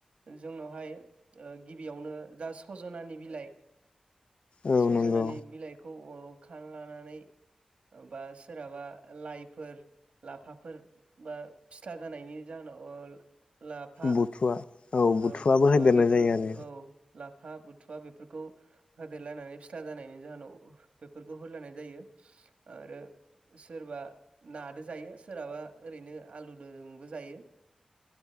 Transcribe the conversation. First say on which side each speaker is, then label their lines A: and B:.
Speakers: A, on the right; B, on the left.
A: जोंनावहाय गिबियावनो जा सजनानि बिलाइ
B: औ
A: सजनानि
B: नंगौ
A: बिलाइखौ अ खार लानानै बा सोरहाबा लाइफोर लाफाफोर बा फिथ्ला जानायनि जाहोनाव लाफा
B: बुथुवा औ
A: बथुवा
B: बुथुवाबो होदेरनाय
A: बेफोर
B: जायो आरो
A: औ। लाफा बुथुवा बेफोरखौ होदेरलायानानै फिथ्ला जानायनि जाहोनाव बेफोरखौ होलायनाय जायो। आरो सोरबा नादो जायो सोरहाबा ओरैनो आलुजोंबो जायो।